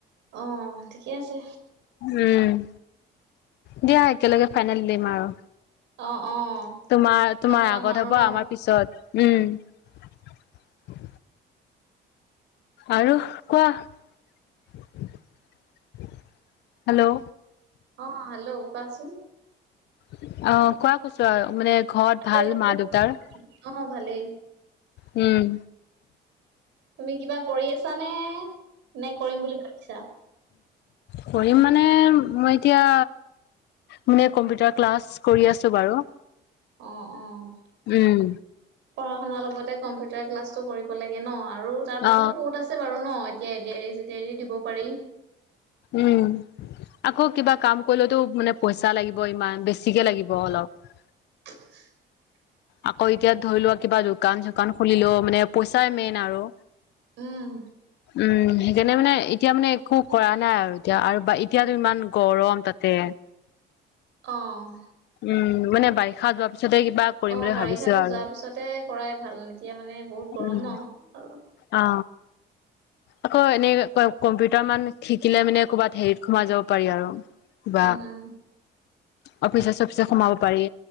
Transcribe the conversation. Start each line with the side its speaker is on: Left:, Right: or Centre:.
Right: অ', ঠিকে আছে
Left: উ', দিয়া একেলগে ফাইনেল দিম আৰু
Right: অ', অ',
Left: তোমাৰ, তোমাৰ
Right: লগ পাম
Left: আগত
Right: আৰু
Left: হ'ব
Right: ন।
Left: আমাৰ পিছত উম', আৰু কোৱা হেল্ল'
Right: অ, হেল্ল' কোৱাচোন
Left: অ, কোৱা কৈছো আৰু মানে ঘৰত
Right: আৰু
Left: ভাল
Right: একো
Left: মা-দেউতাৰ
Right: অ ভালেই।
Left: উম',
Right: তুমি কিবা কৰি আছা নে নে কৰিম বুলি ভাবিছা
Left: কৰিম মানে মই এতিয়া মানে কম্পিউটাৰ ক্লাছ কৰি আছো বাৰু
Right: অ', অ',
Left: উম
Right: পঢ়া শুনাৰ লগতে কম্পিউটাৰ ক্লাছো কৰিব লাগে ন আৰু তাৰ বাহিৰেও
Left: অ
Right: বহুত আছে আছে বাৰু ন এতিয়া এডিয়াৰি- চেডিয়াৰি দিব পাৰি
Left: উম, আকৌ কিবা কাম কৰিলেতো মানে পইচা লাগিব ইমান বেছিকে লাগিব অলপ
Right: <inaudible>
Left: আকৌ এতিয়া ধৰি লোৱা কিবা দোকান- চোকান খুলিলোও মানে পইচাই মেইন আৰু
Right: উম,
Left: উম', সেইকাৰণে মানে এতিয়া মানে একো কৰা নাই আৰু এতিয়া আৰু এতিয়াতো ইমান গৰম তাতে
Right: অ'
Left: উম', মানে বাৰিষা যোৱাৰ পিছতে কিবা কৰিম
Right: অ',
Left: বুলি
Right: বাৰিষাতো
Left: ভাবিছো আৰু
Right: যোৱাৰ পিছতে কৰাই ভাল এতিয়া মানে বহুত গৰম
Left: উম
Right: ন আৰু
Left: অ, আকৌ এনে কম্পিউটাৰ মান শিকিলে মানে ক'ৰবাত হেৰিত সোমাই যাব পাৰি আৰু বা
Right: উম উম।
Left: অফিচে-চফিচে সোমাব পাৰি